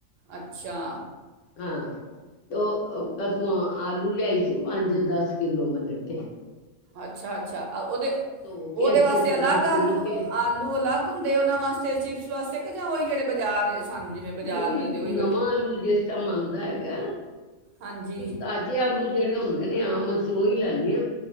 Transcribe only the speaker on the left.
ਹਾਂ ਉਹ, ਆਲੂ ਲਿਆਈ ਸੀ ਪੰਜ ਦਸ ਕਿਲੋ ਮੈਂ ਕੱਠੇ
ਧੋ
ਕੇ ਅੱਛੀ
ਤਰ੍ਹਾਂ
ਛਿੱਲ
ਕੇ
ਨਹੀਂ
ਨਵਾਂ
ਆਲੂ ਜਿਸ ਟਾਈਮ ਆਉਂਦਾ ਹੈਗਾ,
ਤਾਜ਼ੇ ਆਲੂ ਜਿਹੜੇ ਹੁੰਦੇ ਨੇ ਆਮ ਉਹੀ ਲੈਂਦੇ ਹਾਂ।